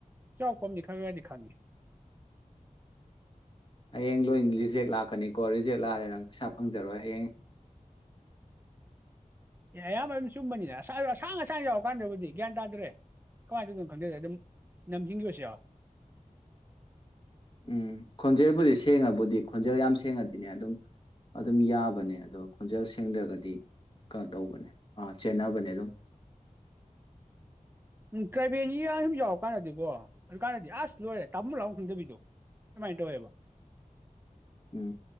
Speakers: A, on the right (about 15°); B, on the left (about 35°).
A: ꯆꯥꯎꯔꯥꯛꯄ ꯑꯃꯗꯤꯗꯤ ꯈꯔ ꯈꯔꯗꯤ ꯈꯪꯉꯤ
B: ꯍꯌꯦꯡ ꯂꯣꯏ ꯔꯤꯖꯦꯛ ꯂꯥꯛꯀꯅꯤꯀꯣ ꯔꯤꯖꯦꯛ ꯂꯥꯛꯑꯗꯤ ꯅꯪ ꯄꯩꯁꯥ ꯐꯪꯖꯔꯣꯏ ꯍꯌꯦꯡ
A: ꯑꯦ ꯑꯌꯥꯝꯕ ꯑꯗꯨꯝ ꯆꯨꯝꯕꯅꯤꯅ ꯑꯁꯥ ꯑꯁꯥꯡ ꯑꯁꯥꯡꯕ ꯌꯥꯎꯔꯀꯥꯟꯗꯕꯨꯗꯤ ꯒ꯭ꯌꯥꯟ ꯇꯥꯗ꯭ꯔꯦ ꯀꯃꯥꯏꯅ ꯇꯧꯗꯣꯏꯅꯣ ꯈꯪꯗꯗ ꯑꯗꯨꯝ ꯅꯝꯖꯤꯟꯒꯤꯕꯁꯨ ꯌꯥꯎꯋꯦ
B: ꯎꯝ ꯈꯣꯟꯖꯦꯜꯕꯨꯗꯤ ꯁꯦꯡꯉꯕꯨꯗꯤ ꯈꯣꯟꯖꯦꯜ ꯌꯥꯝ ꯁꯦꯡꯉꯗꯤꯅꯦ ꯑꯗꯨꯝ ꯑꯗꯨꯝ ꯌꯥꯕꯅꯦ ꯑꯗꯣ ꯈꯣꯟꯖꯦꯜ ꯁꯦꯡꯗ꯭ꯔꯒꯗꯤ ꯀ ꯇꯧꯕꯅꯦ ꯑ ꯆꯦꯟꯅꯕꯅꯦ ꯑꯗꯨꯝ
A: ꯎꯝ ꯇ꯭ꯔꯥꯏꯕꯦꯜꯒꯤꯒ ꯁꯨꯝ ꯌꯥꯎꯔꯀꯥꯟꯗꯗꯤꯀꯣ ꯑꯗꯨ ꯀꯥꯟꯗꯗꯤ ꯑꯁ ꯂꯣꯏꯔꯦ ꯇꯥꯕꯝ ꯂꯥꯛꯐꯝ ꯈꯪꯗꯕꯤꯗꯣ ꯑꯗꯨꯃꯥꯏꯅ ꯇꯧꯋꯦꯕ
B: ꯎꯝ